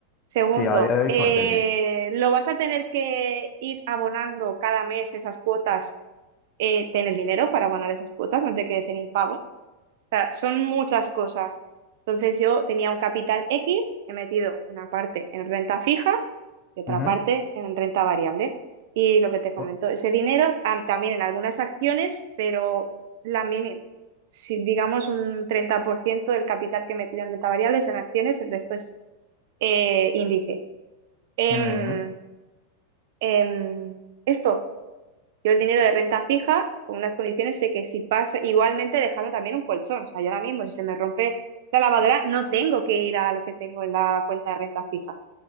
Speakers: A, on the right; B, on the left.
A: Segundo,
B: Sí, a día de hoy
A: eh,
B: suerte, sí.
A: lo vas a tener que ir abonando cada mes esas cuotas, eh, ten el dinero para abonar esas cuotas, no te quedes en impago sea, son muchas cosas. Entonces yo tenía un capital X, he metido una parte en renta fija y otra
B: Ujú.
A: parte en renta variable. Y lo que te comento,
B: Bu-
A: ese dinero tam- también en algunas acciones, pero la mini- si digamos un 30% del capital que he metido en renta variable es en acciones, el resto es eh, índice. Em,
B: ujú.
A: em, esto yo el dinero de renta fija, con unas condiciones, sé que si pasa, igualmente dejando también un colchón. O sea, yo ahora mismo, si se me rompe la lavadora, no tengo que ir a lo que tengo en la cuenta de renta fija.